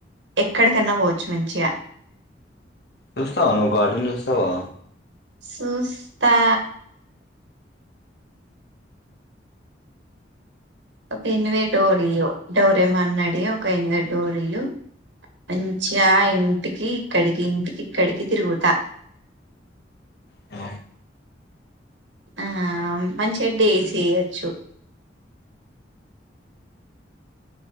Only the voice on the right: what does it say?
ఎక్కడికన్నా పోవచ్చు మంచిగా
చూస్తా ఒకె నువె డోర్ తీయవు డోరేమాన్ అడిగి, ఒక ఎన్వే డోరియు మంచిగా ఇంటికి, ఇక్కడికి, ఇంటికి, ఇక్కడికి తిరుగుతా.
ఆ మంచి చెడ్డి చెయొచ్చు